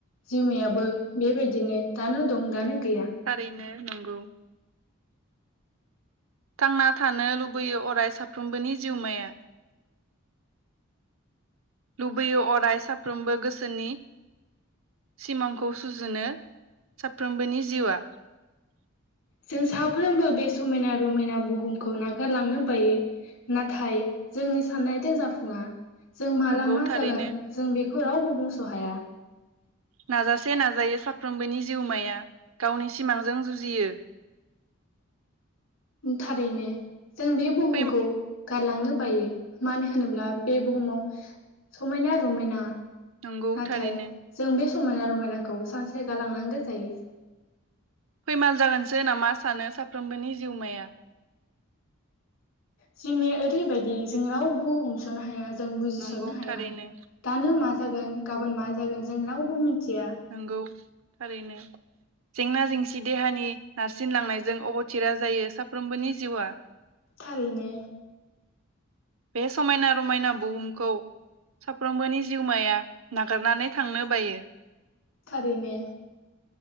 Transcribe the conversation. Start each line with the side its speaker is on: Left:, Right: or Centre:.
Left: जिउमायाबो बेबायदिनो दानो दं दानो गैया।
Right: थारैनो नंगौ। थांना थानो लुबैयो अराय साफ्रोमबोनि जिउमाया। लुबैयो अराय साफ्रोमबो गोसोनि सिमांखौ सुजुनो। साफ्रोमबोनि जिउआ।
Left: जों साफ्रोमबो बे समायना रमायना बुहुमखौ नागारलांनो बायो। नाथाय जोंनि साननाय दो जाफुङा। जों माला
Right: नंगौ
Left: मा
Right: थारैनो
Left: जागोन जों बेखौ रावबो बुंस' हाया।
Right: नाजासे नाजायो साफ्रोमबोनि जिउमाया गावनि सिमांजों जुजियो।
Left: थारैनो जों बे बुहुमखौ।
Right: फै
Left: गारलांनो बायो मानो होनोब्ला बे बुहुमाव समायना रमायना।
Right: नंगौ
Left: नाथाय
Right: थारैनो
Left: जों बे समायना रमायनाखौ सानसे गालांनांगौ जायो।
Right: फैमाल जागोनसो नामा सानो साफ्रोमबोनि जिउमाया।
Left: जिमाया ओरैबायदि जों रावबो हमस'नो हाया जों बुजिस'नो
Right: नंगौ
Left: हाया।
Right: थारैनो
Left: दानो मा जागोन गाबोन मा जागोन जों रावबो मिथिया।
Right: नंगौ थारैनो। जेंना जेंसि देहानि नारसिनलांनायजों अबथिरा जायो साफ्रोमबोनि जिउआ।
Left: थारैनो।
Right: बे समायना रमायना बुहुमखौ। साफ्रोमबोनि जिउमाया नागारनानै थांनो बायो।
Left: थारैनो